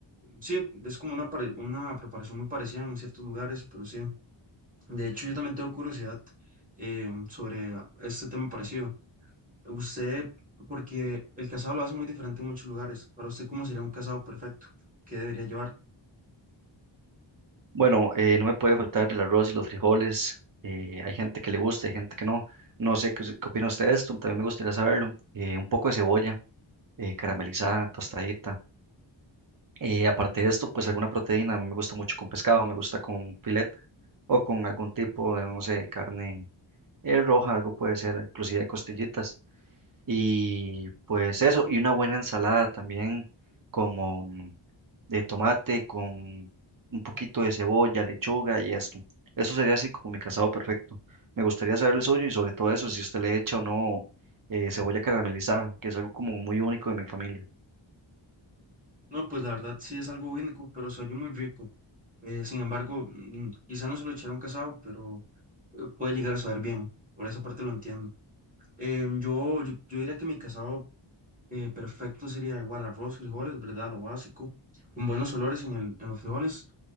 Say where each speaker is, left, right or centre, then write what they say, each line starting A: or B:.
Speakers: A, on the right (about 15°); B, on the right (about 45°).
A: sí, es como una, pare- una preparación muy parecida en ciertos lugares, pero sí. De hecho, yo también tengo curiosidad eh, sobre este tema parecido. Usted, porque el casado lo hace muy diferente en muchos lugares. Para usted, ¿cómo sería un casado perfecto? ¿Qué debería llevar?
B: Bueno, eh, no me puede faltar el arroz y los frijoles. eh, hay gente que le gusta, hay gente que no. No sé qué, qué opina usted de esto, también me gustaría saberlo. Eh, un poco de cebolla eh, caramelizada, tostadita Y aparte de esto, pues alguna proteína, a mí me gusta mucho con pescado, me gusta con filet o con algún tipo de, no sé, carne eh, roja, algo puede ser, inclusive costillitas. Y pues eso, y una buena ensalada también como mm, de tomate con un poquito de cebolla, lechuga y esto. Eso sería así como mi casado perfecto. Me gustaría saber el suyo y sobre todo eso, si usted le echa o no eh, cebolla caramelizada, que es algo como muy único de mi familia.
A: No, pues la verdad sí es algo único, pero se oye muy rico. Eh, sin embargo, mm, quizá no se lo echará un casado, pero eh, puede llegar a saber bien. Por esa parte lo entiendo. Em, yo, yo, yo diría que mi casado eh, perfecto sería igual arroz, frijoles, ¿verdad? Lo básico, con buenos olores en el, en los frijoles